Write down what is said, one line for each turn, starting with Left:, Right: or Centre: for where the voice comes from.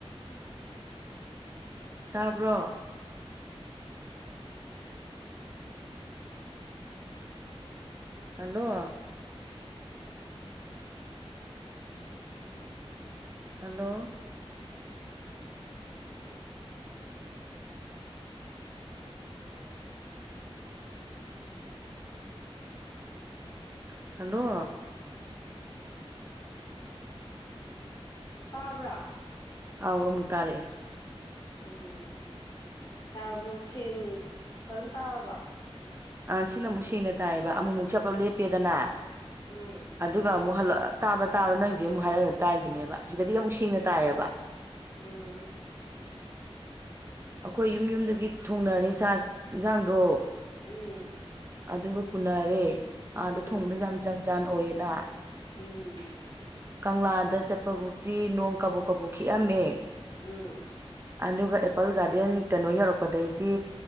Right: ꯇꯥꯕ꯭ꯔꯣ ꯍꯜꯂꯣ ꯍꯜꯂꯣ <inaudible> ꯍꯜꯂꯣ <inaudible>
Left: ꯇꯥꯕ꯭ꯔꯥ
Right: ꯑꯥꯎ ꯑꯃꯨꯛ ꯇꯥꯔꯛꯑꯦ
Left: ꯎꯝ ꯌꯥꯔꯕ ꯁꯦꯡ ꯐꯖꯅ ꯇꯥꯔꯕ
Right: ꯑꯥ ꯁꯤꯅ ꯑꯃꯨꯛ ꯁꯦꯡꯅ ꯇꯥꯏꯌꯦꯕ ꯑꯃꯨꯛꯃꯨꯛ ꯆꯞꯄ ꯂꯦꯞꯄꯦꯗꯅ
Left: ꯎꯝ
Right: ꯑꯗꯨꯒ ꯑꯃꯨꯛ ꯍꯜꯂꯛꯑ ꯇꯥꯕ ꯇꯥꯕ ꯅꯪ ꯍꯧꯖꯤꯛ ꯑꯃꯨꯛ ꯍꯥꯏꯔꯛꯑ ꯇꯥꯏꯔꯤꯁꯤꯅꯦꯕ ꯁꯤꯗꯗꯤ ꯑꯃꯨꯛ ꯁꯦꯡꯅ ꯇꯥꯏꯌꯦꯕ
Left: ꯎꯝ
Right: ꯑꯩꯈꯣꯏ ꯌꯨꯝ ꯌꯨꯝꯗꯒꯤ ꯊꯣꯡꯅꯔꯦ ꯆꯥꯛ ꯌꯦꯟꯁꯥꯡꯗꯣ
Left: ꯎꯝ
Right: ꯑꯗꯨꯒ ꯄꯨꯅꯔꯦ ꯑꯥꯗ
Left: ꯎꯝ
Right: ꯊꯣꯡꯕꯗꯁꯨ ꯌꯥꯝ ꯖꯟ ꯖꯥꯟ ꯑꯣꯏꯌꯦꯅ
Left: ꯎꯝ
Right: ꯀꯪꯂꯥꯗ ꯆꯠꯄꯕꯨꯛꯇꯤ ꯅꯣꯡ ꯀꯕꯣꯛ ꯀꯕꯣꯛ ꯈꯤꯛꯑꯝꯃꯦ
Left: ꯎꯝ
Right: ꯑꯗꯨꯒ ꯑꯦꯄꯜ ꯒꯥꯔꯗꯦꯟ ꯀꯩꯅꯣ ꯌꯧꯔꯛꯄꯗꯩꯗꯤ